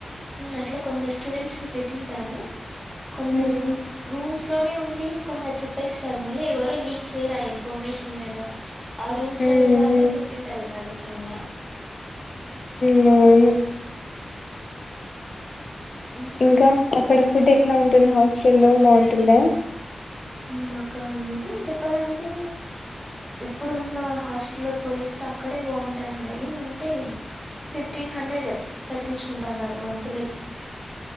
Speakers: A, in the centre; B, on the left.
A: అట్లా కొందరు స్టూడెంట్స్ ని పెట్టింటారు కొందరు
B: హ్మ్
A: రూమ్స్ లోనే ఉండి కొందరు చెప్పేస్తారు మళ్ళీ ఎవరో లీక్ చేయరు ఆ ఇన్ఫర్మేషన్ ఎడ ఆ రూమ్స్ల
B: హ్మ్
A: లో వాళ్ళి
B: హ్మ్.
A: చెప్పింటారు వాళ్ళకి మళ
B: అవును
A: మ్మ్
B: ఇంకా అక్కడ ఫుడ్ ఎట్లా ఉంటుంది హాస్టల్ బాగుంటుందా
A: మాకా నిజం చెప్పాలంటే ఇప్పుడున్న హాస్టల్లో పోలిస్తే అక్కడే బాగుంటాం ఏమంటే ఫిఫ్టీన్ హండ్రెడ్ కట్టిపించుకుంటున్నారు మంతంత్లీ